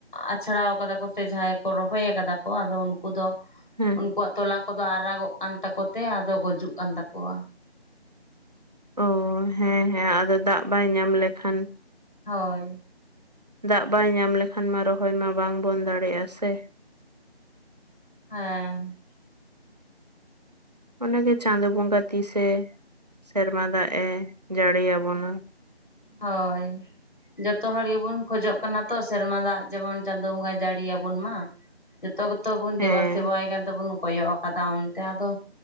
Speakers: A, on the left; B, on the right.
A: ᱟᱪᱷᱲᱟᱣ ᱠᱟᱫᱟ ᱠᱚ ᱥᱮ ᱡᱟᱦᱟᱸᱭ ᱨᱚᱦᱚᱭ ᱟᱠᱟᱫᱟ ᱠᱚ, ᱟᱫᱚ ᱩᱱᱠᱩ ᱫᱚ
B: ᱦᱮᱸ
A: ᱩᱱᱠᱩ ᱛᱚᱞᱟ ᱟᱠᱚ ᱫᱚ ᱟᱨᱟᱜᱚᱜ ᱠᱟᱱ ᱛᱟᱠᱚ ᱛᱮ ᱟᱫᱚ ᱜᱩᱡᱩᱜ ᱠᱟᱱ ᱛᱟᱠᱚᱣᱟ ᱾
B: ᱚ ᱦᱮᱸ ᱦᱮᱸ ᱟᱫᱚ ᱫᱟᱜ ᱵᱟᱭ ᱧᱟᱢ ᱞᱮᱠᱷᱟᱱ
A: ᱦᱳᱭ ᱾
B: ᱫᱟᱜ ᱵᱟᱭ ᱧᱟᱢ ᱞᱮᱠᱷᱟᱱ ᱢᱟ ᱨᱚᱦᱚᱭ ᱢᱟ ᱵᱟᱝᱵᱚᱱ ᱫᱟᱲᱮᱭᱟᱜ-ᱟ ᱥᱮ
A: ᱦᱮᱸ᱾
B: ᱚᱱᱟ ᱜᱮ ᱪᱟᱸᱫᱳ ᱵᱚᱸᱜᱟ ᱛᱤᱥᱮ ᱥᱮᱨᱢᱟ ᱫᱟᱜ ᱮ ᱡᱟᱹᱲ ᱟᱵᱚᱱᱟ ᱾
A: ᱦᱳᱭ ᱾ ᱡᱚᱛᱚ ᱦᱚᱲ ᱜᱮᱵᱚᱱ ᱠᱷᱚᱡᱚᱜ ᱠᱟᱱᱟ ᱛᱚ ᱥᱮᱨᱢᱟ ᱫᱟᱜ ᱡᱮᱢᱚᱱ ᱪᱟᱸᱫᱚ ᱵᱚᱸᱜᱟᱭ ᱡᱟᱹᱲᱤᱭᱟᱵᱚᱱ ᱢᱟ ᱾ ᱡᱚᱛᱚ ᱠᱚᱛᱚ ᱵᱚᱱ
B: ᱦᱮᱸ
A: ᱫᱮᱵᱟ ᱥᱮᱵᱟᱭ ᱠᱟᱱ ᱛᱟᱵᱚᱱ ᱠᱚᱭᱚᱜ ᱟᱠᱟᱫᱟ ᱚᱱᱛᱮ ᱟᱫᱚ